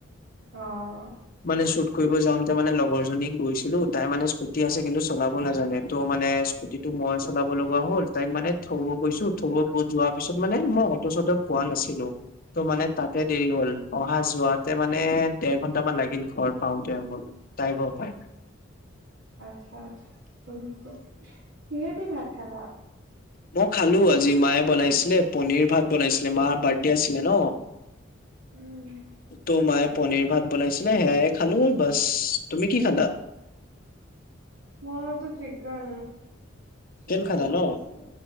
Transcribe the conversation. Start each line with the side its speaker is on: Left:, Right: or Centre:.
Right: অঁ
Left: মানে শ্বুত কৰিব যাওঁতে মানে লগৰ জনীক গৈছিলো তাই মানে স্কুটি আছে কিন্তু চলাব নাজানে ত মানে স্কুটিটো মই চলাব লগোৱা হ'ল তাইক মানে থব গৈছো থব ব যোৱাৰ পিছত মানে মই অটো চটো পোৱা নাছিলো ত' মানে তাতে দেৰি হল অহা যোৱাতে মানে দেৰ ঘন্টামান লাগিল ঘৰ পাওঁতে মোৰ তাই ঘ পায়
Right: আছা আাছো সহিছে কিহে দি ভাত খালা
Left: মই খালো আজি মায়ে বনাইছিলে পনিৰ ভাত বনাইছিলে মা বাৰ্ডদে আছিলে ন
Right: উম,
Left: তো মায়ে পনিৰ ভাত বনাইছিলে সেয়ায়ে খালো বাচ তুমি কি খালা
Right: মইতো চিকেন চিকেন
Left: খালা
Right: বনাইছিলে
Left: ন